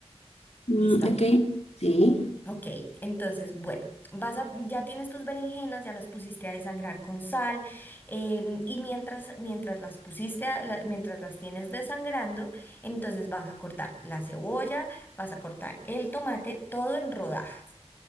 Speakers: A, on the left; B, on the left.
A: Mm,
B: ¿Listo?
A: ok, sí.
B: Ok, entonces, bueno, vas a, ya tienes tus berenjenas, ya las pusiste a desangrar con sal, em, y mientras, mientras las pusiste, a- la- mientras las tienes desangrando, entonces vas a cortar la cebolla, vas a cortar el tomate, todo en rodajas,